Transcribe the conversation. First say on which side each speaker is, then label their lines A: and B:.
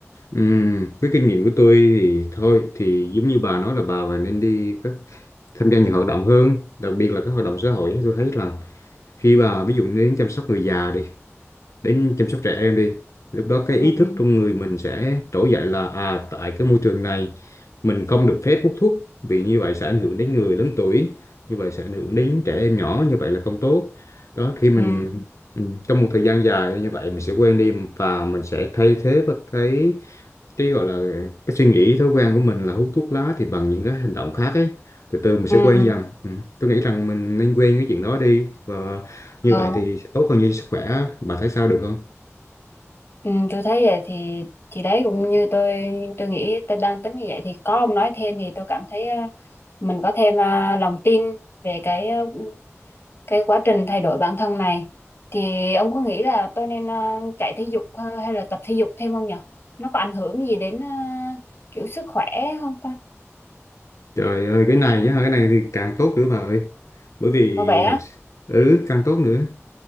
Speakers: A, on the left; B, on the left.
A: Ừm, với kinh nghiệm của tôi thì thôi thì giống như bà nói là bà và nên đi các tham gia nhiều hoạt động hơn đặc biệt là các hoạt động xã hội tôi thấy là khi bà ví dụ như đến chăm sóc người già đi đến chăm sóc trẻ em đi lúc đó cái ý
B: ừ
A: thức trong người mình sẽ trỗi dậy là à tại cái môi trường này mình không được phép hút thuốc vì như vậy sẽ ảnh hưởng đến người lớn tuổi như vậy sẽ ảnh hưởng đến trẻ em nhỏ như vậy là không tốt đó khi mình
B: ừ
A: ừ, trong một thời gian dài như vậy mình sẽ quen đi và mình sẽ thay thế bất cái cái gọi là cái suy nghĩ thói quen của mình là hút thuốc lá thì bằng những cái hành động khác ấy từ từ mình sẽ
B: ừ
A: quen dần ừ. tôi nghĩ rằng mình nên quen cái chuyện đó đi và như
B: ờ
A: vậy thì sẽ tốt hơn cho sức khỏe bà thấy sao được không
B: ừ, tôi thấy vậy thì thì đấy cũng như tôi tôi nghĩ tôi đang tính như vậy thì có ông nói thêm thì tôi cảm thấy à, mình có thêm à, lòng tin về cái à, cái quá trình thay đổi bản thân này thì ông có nghĩ là tôi nên ờ, chạy thể dục ờ, hay là tập thể dục thêm không nhở nó có ảnh hưởng gì đến ờ, kiểu sức khỏe không ta
A: Trời ơi, cái này á, cái này thì càng tốt nữa bà ơi. Bởi vì
B: có vẻ
A: thật
B: á
A: sự- ừ càng tốt nữa.